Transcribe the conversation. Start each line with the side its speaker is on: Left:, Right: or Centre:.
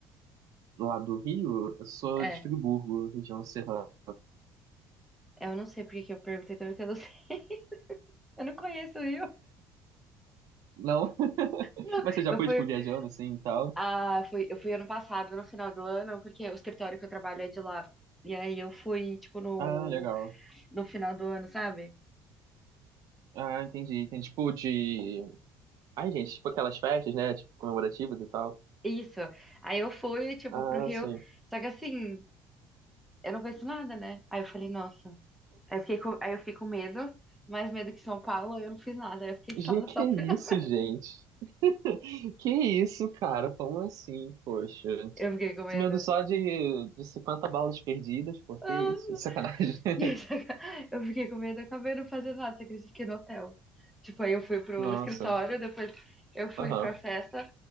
Right: Lá do Rio, eu sou
Centre: É.
Right: de Friburgo, região serrana.
Centre: é, Eu não sei por que que eu perguntei também, porque eu não sei. <laughs> Eu não conheço o Rio.
Right: Não? <laughs>
Centre: Não,
Right: Mas você já
Centre: eu
Right: foi,
Centre: fui,
Right: tipo, viajando assim e tal?
Centre: ah, fui, eu fui ano passado, no final do ano, porque o escritório que eu trabalho é de lá. E aí eu fui, tipo, no,
Right: Ah, legal.
Centre: no final do ano, sabe?
Right: Ah, entendi. Tem tipo de. Ai, gente, tipo aquelas festas, né? Tipo, comemorativas e tal.
Centre: Isso. Aí eu fui, tipo,
Right: Ah,
Centre: pro Rio.
Right: sim.
Centre: Só que assim, eu não conheço nada, né? Aí eu falei, nossa. Aí eu fiquei com, aí eu fiquei com medo, mais medo que São Paulo, eu não fiz nada. Aí eu fiquei
Right: Gê,
Centre: só no
Right: que
Centre: sofri
Right: isso,
Centre: nada.
Right: gente? <laughs> Que isso, cara? Como assim, poxa?
Centre: Eu fiquei com medo.
Right: Esse medo só de, de 50 balas perdidas, pô, que
Centre: Nossa.
Right: isso? Sacanagem. <laughs>
Centre: <laughs> Eu fiquei com medo, acabei não fazendo nada, você acredita? Fiquei no hotel. Tipo, aí eu fui pro
Right: Nossa,
Centre: escritório, depois eu fui
Right: aham.
Centre: pra festa.